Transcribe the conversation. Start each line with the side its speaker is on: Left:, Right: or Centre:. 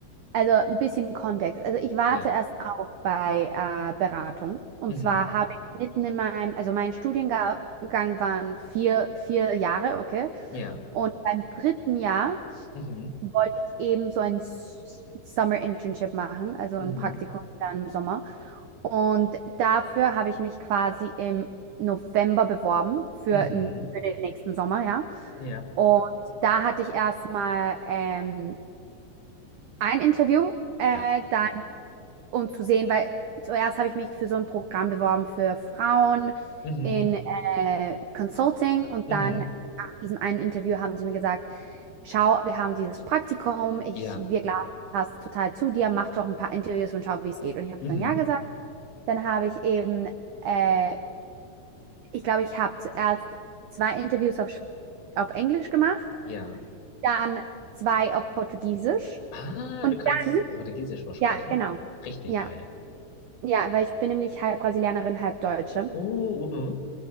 Right: also ein bisschen Kontext. Also ich war
Left: Ja.
Right: zuerst auch bei äh, Beratung. Und
Left: Mhm.
Right: zwar habe ich mitten in meinem, also mein Studiengang waren vier, vier Jahre, okay.
Left: Ja.
Right: Und beim dritten Jahr
Left: Mhm.
Right: wollte ich eben so ein S- Summer Internship machen, also
Left: Mhm.
Right: ein Praktikum dann im Sommer. Und dafür habe ich mich quasi im November beworben für,
Left: Mhm.
Right: n- für den nächsten Sommer, ja.
Left: Ja.
Right: Und da hatte ich erstmal ähm, ein Interview, äh,
Left: Ja.
Right: dann um zu sehen, weil zuerst habe ich mich für so ein Programm beworben für Frauen
Left: Mhm.
Right: in äh, Consulting und
Left: Mhm.
Right: dann nach diesem einen Interview haben sie mir gesagt, schau, wir haben dieses Praktikum, ich,
Left: Ja.
Right: wir glauben, das passt total zu dir, mach doch ein paar Interviews und schau, wie es geht. Und ich habe
Left: Mhm.
Right: dann ja gesagt. Dann habe ich eben, äh, ich glaube, ich habe zuerst zwei Interviews auf, Sp- auf Englisch gemacht,
Left: Ja.
Right: dann zwei auf Portugiesisch
Left: Ah,
Right: und
Left: du kannst
Right: dann,
Left: Portugiesisch aussprechen.
Right: ja, genau,
Left: Richtig
Right: ja.
Left: geil.
Right: Ja, weil ich bin nämlich halb Brasilianerin, halb Deutsche.
Left: Oh, mhm.